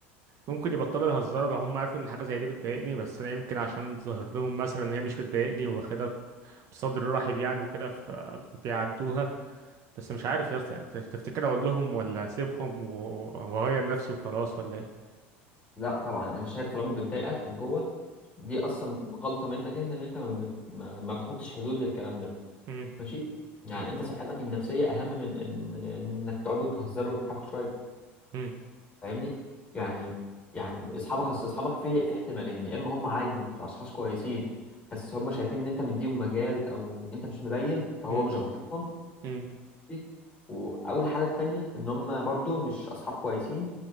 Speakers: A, on the right; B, on the left.
A: ممكن يبطلوا يهزروا لو هم عرفوا ان حاجة زي دي بتضايقني بس انا يمكن عشان ظاهر لهم مثلا ان هي مش بتضايقني واخدها بصدر رحب يعني وكده فبيعدوها بس مش عارف يا اسطى يعني تفتكر اقول لهم ولا اسيبهم و- واغير نفسي وخلاص ولا ايه
B: لا طبعا انا شايف طالما بتضايقك من جوه دي اصلا غلطه منك انت ان انت ما, بت... ما ما بتحطش حدود للكلام ده
A: مم.
B: ماشي يعني
A: مم.
B: انت صحتك النفسيه اهم من ان انك تقعدوا تهزروا وتضحكوا شويه
A: مم.
B: فاهمني يعني يعني اصحابك اصل اصحابك في في احتمالين يا اما هم عادي مش اشخاص كويسين بس هم شايفين ان انت مديهم مجال او انت مش مبين فهو
A: مم.
B: مش غلطهم
A: مم.
B: دي و- او الحاله التانيه ان هم برضو مش اصحاب كويسين